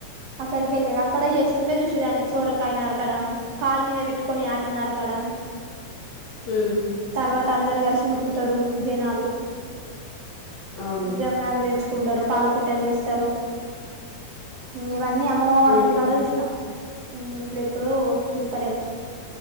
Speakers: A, on the right (about 65°); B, on the left (about 80°).
A: అక్కడికి వెళ్ళేది అక్కడ చేస్తుండే చూసేదాన్ని సోరకాయ నరకడం కాళ్లు మీద పెట్టుకొని ఆటను నరకడం
B: ఉమ్
A: తర్వాత అందరు కలిసి ఊరుకుతారు జనాాలు
B: అవును
A: జమ్మి ఆకు తెచ్చి ంటారు పాలపిట్టని చూస్తారు ఇవన్నీ అమ్మమ్మ వాళ్ళ
B: ఉమ్
A: ఇంటి కాడ జూసిన ఇప్పుడు ఎప్పుడు చూస్తాలేను